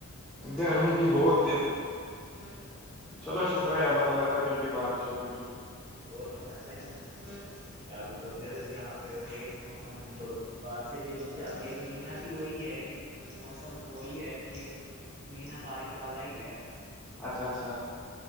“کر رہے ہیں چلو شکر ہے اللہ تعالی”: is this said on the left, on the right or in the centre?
Centre